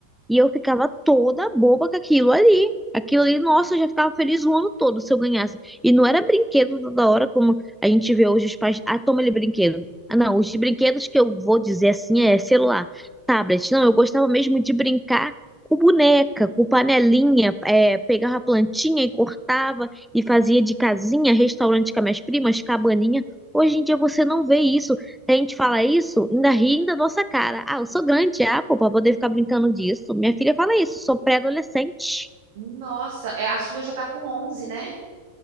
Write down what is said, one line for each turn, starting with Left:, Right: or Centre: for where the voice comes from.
Centre: e eu ficava toda boba com aquilo ali. Aquilo ali, nossa, eu já ficava feliz o ano todo se eu ganhasse. E não era brinquedo toda hora, como a gente vê hoje os pais. Ah, toma ele brinquedo. Ah, não, os brinquedos que eu vou dizer assim é celular. tablet. Não, eu gostava mesmo de brincar com boneca, com panelinha, é, pegava a plantinha e cortava e fazia de casinha, restaurante com as minhas primas, cabaninha. Hoje em dia você não vê isso. A gente fala isso, ainda ri da nossa cara. Ah, eu sou grande, ah, pô, pra poder ficar brincando disso. Minha filha fala isso, sou pré-adolescente.
Right: Nossa, é, a sua já tá com onze né?